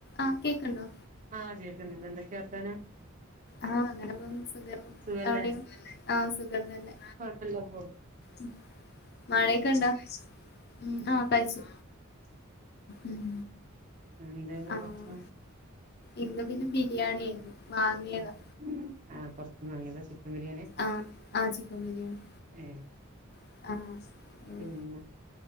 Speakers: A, on the left; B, on the right.
A: ആഹ് കേക്കണ്ടോ
B: ആഹ് കേക്കുന്നുണ്ട് എന്ത് ഒക്ക വർത്താനം
A: ആഹ് അങ്ങനെ പോന്നു സുഖം
B: സുഖല്ലേ
A: അവിടെയോ ആ സുഖം തന്നെ
B: അല്ലപ്പൊ
A: ഉം മഴയൊക്കെ ഒണ്ടോ ഉ ആഹ് കഴിച്ചു ഉം
B: എന്തായിരുന്നു
A: ആഹ്
B: ഭക്ഷണം
A: ഇന്ന് പിന്നെ ബിരിയാണി ആയിരുന്നു വാങ്ങിയതാ
B: ആ പൊ, ആ പൊറത്ത്ന്ന് വാങ്ങിയത ചിക്കൻ ബിരിയാണി.
A: ആഹ് ആഹ് ചിക്കൻ ബിരിയാണി
B: ഏ
A: ആഹ്. ഉം
B: പിന്നെ